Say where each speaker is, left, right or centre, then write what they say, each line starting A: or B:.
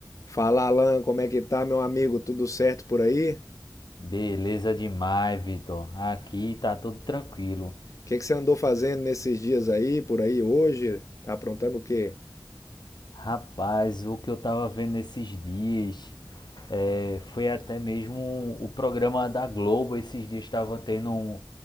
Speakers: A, on the left; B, on the left.
A: Fala, Alan, como é que tá, meu amigo? Tudo certo por aí? O
B: Beleza demais, Vitor. Aqui tá tudo tranquilo.
A: que que você andou fazendo nesses dias aí, por aí hoje? Tá aprontando o quê?
B: Rapaz, o que eu tava vendo esses dias é, foi até mesmo o programa da Globo. Esses dias estava tendo um,